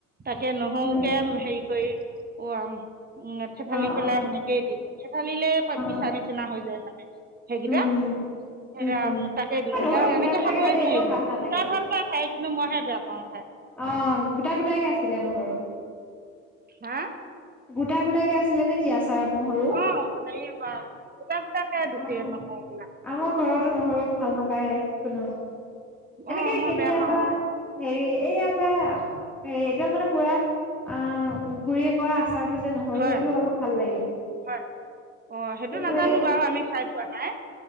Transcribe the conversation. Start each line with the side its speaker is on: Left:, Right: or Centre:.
Right: তাকে নহৰুকে
Centre: উম
Right: হেৰি কৰি খুৱাম। উম থেঠালি
Centre: অ
Right: পেলাই
Centre: অ
Right: সেনেকেই দি ঠেঠালিলে পিছা
Centre: অ
Right: নিচিনা হৈ যায় মানে, সেইকেইটা।
Centre: উম,
Right: সেয়া
Centre: উম, উম।
Right: তাকে দিওঁ
Centre: নহৰু গোটা
Right: এনেকে
Centre: গোটাকে
Right: খাবই
Centre: হ'লে
Right: নোৱাৰিলোঁ,
Centre: এনেও ভাল নালাগে।
Right: ত' ভ কোনোবাই খাই কিন্তু মইহে বেয়া পাওঁ খাই।
Centre: অ', গোটা-গোটাই আছিলে নহৰু।
Right: হা?
Centre: গোটা-গোটাকে আছিলে নে কি আচাৰত নহৰু?
Right: অঁ হেৰি গোটা গোটাকে দিছে
Centre: অ',
Right: নহৰুবিলাক
Centre: আমাৰ ঘৰতো নহৰু ভাল নাপায় কোনো। এনেকে
Right: অঁ মই
Centre: কেতিয়াবা।
Right: বেয়া পাওঁ খাই
Centre: হেৰি এই আ যে, এই এতিয়া মানে পুৰা অ', গুৰি কৰা আচাৰটো যে নহৰু
Right: হয়
Centre: সেইটোও অলপ ভাল লাগে।
Right: হয়, অ', সেইটো
Centre: কিন্তু
Right: নাজানো
Centre: এই অ',
Right: বাৰু আমি খাই পোৱা নাই,